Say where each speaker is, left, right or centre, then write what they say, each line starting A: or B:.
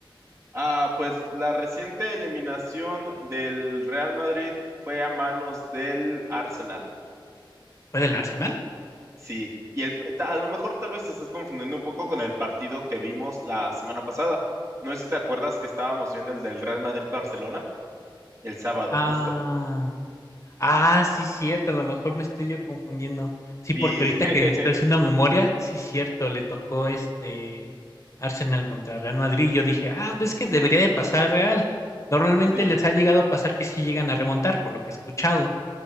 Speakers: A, on the right; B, on the left.
A: Ah, pues la reciente eliminación del Real Madrid fue a manos del Arsenal.
B: ¿Fue del Arsenal?
A: Sí, y el, ta- a lo mejor tal vez te estás confundiendo un poco con el partido que vimos la semana pasada. No sé si te acuerdas que estábamos viendo el del Real Madrid-Barcelona el sábado,
B: Ah.
A: justo.
B: Ah, sí, cierto, a lo mejor me estoy yo confundiendo. Sí,
A: Sí,
B: porque ahorita
A: <laughs>
B: que estoy haciendo memoria, sí, cierto, le tocó este Arsenal contra Real Madrid. y Yo dije, ah, ves que debería de pasar Real. Normalmente
A: sí,
B: les ha llegado a pasar que sí llegan a remontar, por lo que he escuchado.